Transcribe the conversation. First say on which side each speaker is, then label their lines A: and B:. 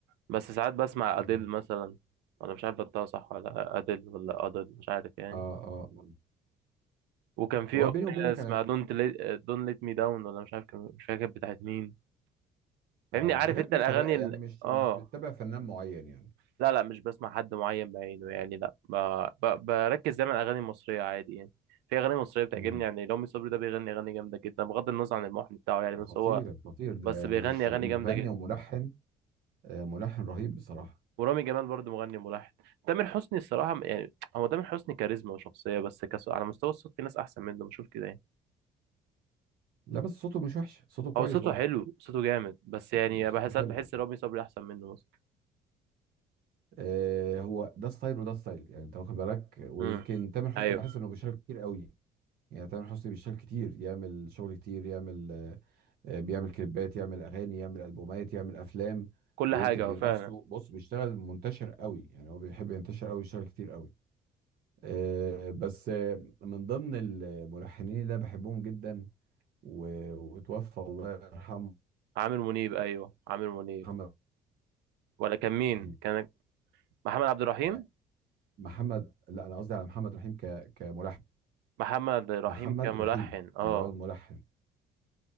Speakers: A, on the right; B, on the right.
A: بس ساعات بسمع أديل
B: مم.
A: مثلا ولا مش عارف بنطقها صح ولا أديل ولا أدل مش عارف يعني
B: اه اه آه.
A: وكان في
B: هو
A: أغنية
B: بيني وبينك
A: اسمها
B: انا
A: دونت ليت دونت ليت مي داون ولا مش عارف كان مش فاكر بتاعت مين فاهمني
B: اه
A: عارف
B: حاجات
A: أنت
B: متفرقه
A: الأغاني
B: يعني
A: ال...
B: مش
A: آه
B: مش بتتبع فنان معين يعني
A: لا لا مش بسمع حد معين بعينه يعني لا ب... ب... بركز دايما على الاغاني المصريه عادي يعني في اغاني مصريه بتعجبني
B: مم.
A: يعني رامي صبري ده بيغني اغاني جامده جدا بغض النظر عن المحن بتاعه يعني
B: خطير
A: بس هو
B: خطير ده
A: بس بيغني
B: مش
A: اغاني
B: مغني
A: جامده جدا
B: وملحن آه ملحن رهيب بصراحه
A: ورامي جمال برضه مغني ملحن تامر حسني الصراحه م- يعني هو تامر حسني كاريزما وشخصيه بس كس... على مستوى الصوت في ناس احسن منه بشوف كده يعني
B: لا بس صوته مش وحش صوته كويس
A: هو صوته
B: برضه
A: حلو صوته جامد بس
B: صوته
A: يعني بحس
B: صوته
A: ساعات
B: حلو
A: بحس رامي صبري احسن منه مثلا
B: آه هو ده ستايل وده ستايل يعني انت واخد بالك ويمكن
A: امم
B: تامر حسني
A: ايوه
B: بحس انه بيشارك كتير قوي يعني تامر حسني بيشتغل كتير يعمل شغل كتير يعمل آه، آه، بيعمل كليبات يعمل اغاني يعمل البومات يعمل افلام
A: كل
B: بينتج
A: حاجه هو
B: لنفسه
A: فعلا
B: بص بيشتغل منتشر قوي يعني هو بيحب ينتشر قوي يشتغل كتير قوي آه، بس آه، من ضمن الملحنين اللي انا بحبهم جدا و- وتوفى الله يرحمه
A: عامر منيب ايوه عامر منيب
B: محمد
A: ولا كان مين
B: رحيم
A: كان محمد عبد الرحيم
B: يعني محمد لا انا قصدي على محمد رحيم ك... كملحن
A: محمد رحيم
B: محمد
A: كملحن
B: رحيم
A: اه
B: اللي هو الملحن